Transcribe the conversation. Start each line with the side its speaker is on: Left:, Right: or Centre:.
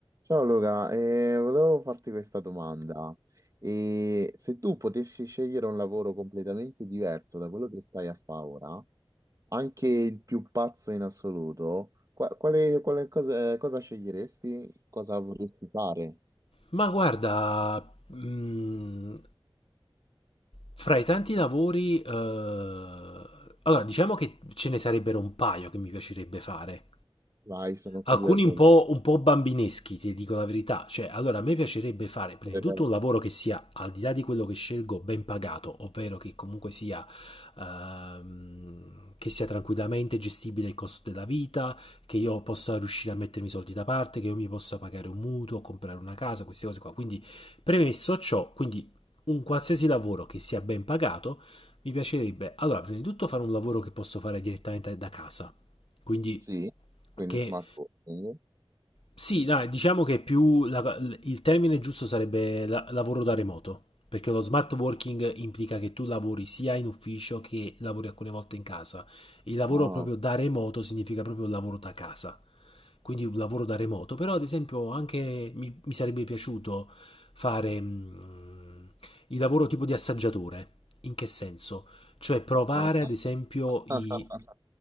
Right: Ciao Luca, eh, volevo farti questa domanda. E se tu potessi scegliere un lavoro completamente diverso da quello che stai a fare ora, anche il più pazzo in assoluto, qua- quale, quale cosa, eh, cosa sceglieresti? Cosa vorresti fare?
Left: Ma guarda, mm, fra i tanti lavori, eh, allora diciamo che ce ne sarebbero un paio che mi piacerebbe fare.
Right: Vai, sono curioso.
Left: Alcuni un po', un po' bambineschi, ti dico la verità. Cioè, allora a me piacerebbe fare prima
Right: <laughs>
Left: di tutto un lavoro che sia, al di là di quello che scelgo, ben pagato, ovvero che comunque sia, ehm, che sia tranquillamente gestibile il costo della vita, che io possa riuscire a mettermi i soldi da parte, che io mi possa pagare un mutuo, comprare una casa, queste cose qua. Quindi, premesso ciò, quindi un qualsiasi lavoro che sia ben pagato, mi piacerebbe, allora, prima di tutto fare un lavoro che posso fare direttamente da casa, quindi
Right: Sì, quindi
Left: che
Right: smart working.
Left: sì, dai, diciamo che più la- il termine giusto sarebbe la- lavoro da remoto, perché lo smart working implica che tu lavori sia in ufficio che lavori alcune volte in casa. Il lavoro
Right: Ah,
Left: proprio da remoto significa proprio lavoro da casa, quindi un lavoro da remoto, però ad esempio anche mi, mi sarebbe piaciuto fare mm, il lavoro tipo di assaggiatore. In che senso? Cioè provare
Right: ah.
Left: ad esempio
Right: <laughs>
Left: i